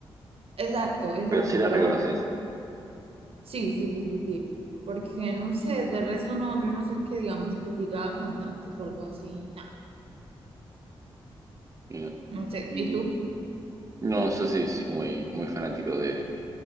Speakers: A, on the right; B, on the right.
A: Exacto, exacto.
B: Pero sí
A: Yo
B: las
A: la
B: reconoces.
A: Sí, sí, sí, sí, sí. Porque no sé, de resto no, yo no soy que digamos que diga cantantes o algo así. Nah,
B: Bien.
A: no sé.
B: Y
A: ¿Y tú?
B: no, yo sí soy muy, muy fanático de